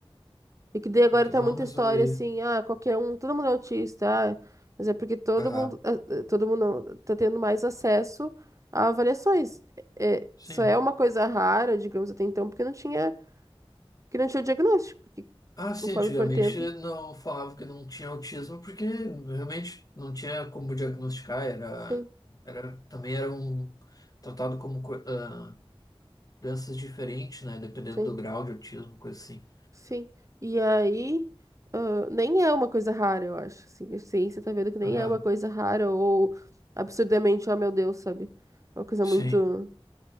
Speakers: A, on the right; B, on the left.
A: E que daí agora
B: o que
A: tá
B: não
A: muita
B: resolveria.
A: história assim, ah, qualquer um, todo mundo é autista, ah, mas é porque todo
B: Aham.
A: mundo, ah, ah, todo mundo não, tá tendo mais acesso a avaliações. É, é,
B: Sim.
A: só é uma coisa rara, digamos, até então, porque não tinha, porque não tinha o diagnóstico, porque
B: Ah, sim,
A: conforme
B: antigamente
A: for tendo,
B: não falava que não tinha autismo porque realmente não tinha como diagnosticar, era,
A: sim,
B: era também era um tratado como co- ah, doenças diferentes, né, dependendo
A: sim,
B: do grau de autismo, coisa assim.
A: sim. E aí, ah, nem é uma coisa rara, eu acho, assim, a ciência tá vendo que nem
B: Aham,
A: é uma coisa rara ou absurdamente, oh meu Deus, sabe? É Uma coisa
B: sim.
A: muito.